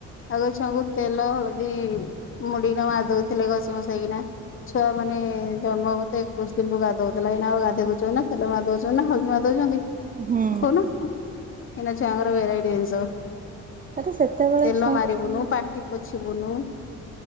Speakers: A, on the left; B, on the right.
A: ଆଗ ଛୁଆଙ୍କୁ ତେଲ ହଳଦୀ ମୁଡିିକିନା ମାରି ଦଉଥିଲେ ଘଷି ଘୂସା କିନା। ଛୁଆ ମାନେ ଜନ୍ମ ହେ ଏକୋଇଶ ଦିନକୁୁ ଗାଧଉଥିଲା ଏଇନା ଆଉ ଗାଧୋଇ ଦଉଛନ୍ତି ନା ତେଲ ମାରିଦଉଛନ୍ତି ନା ହଳଦୀ ମାରିଦଉଛନ୍ତି।
B: ହୁଁ
A: କହୁନ ଏଇ ନାକ ଛୁଆଙ୍କର ଭେରାଇଟି ଜିନିଷ।
B: ଆରେ ସେତେବେଳେ
A: ତେଲ
B: ଛୁଆଙ୍କୁ
A: ମାରିବୁନୁ
B: ତାହନେ
A: ପାଟି ପୋଛିବୁନୁ